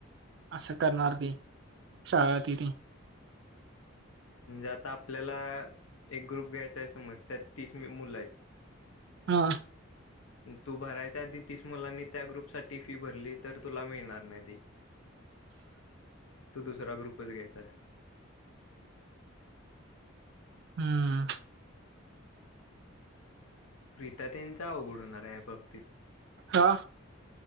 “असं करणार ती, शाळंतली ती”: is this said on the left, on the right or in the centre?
Right